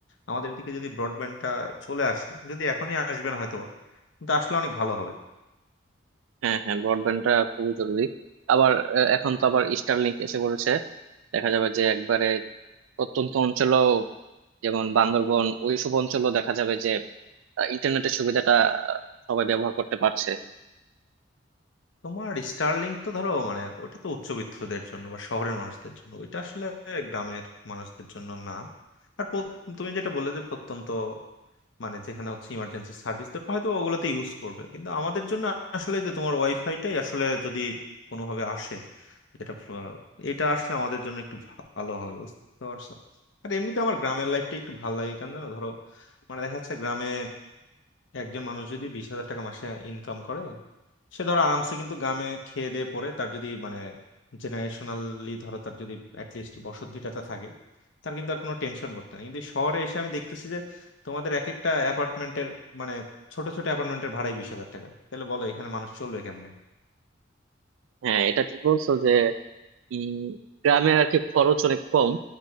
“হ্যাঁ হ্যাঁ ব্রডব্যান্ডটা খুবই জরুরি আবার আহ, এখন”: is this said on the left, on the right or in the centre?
Right